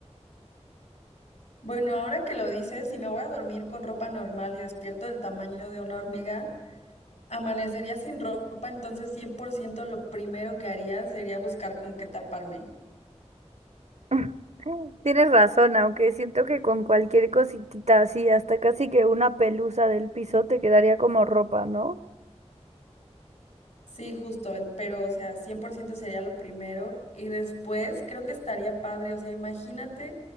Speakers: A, on the left; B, on the right.
A: Bueno, ahora que lo dices, si me voy a dormir con ropa normal y despierto del tamaño de una hormiga, amanecería sin ropa, entonces 100% lo primero que haría sería buscar con qué taparme.
B: <laughs> Tienes razón, aunque siento que con cualquier cositita así, hasta casi que una pelusa del piso te quedaría como ropa, ¿no?
A: Sí, justo, en- pero o sea, 100% sería lo primero y después creo que estaría padre, o sea, imagínate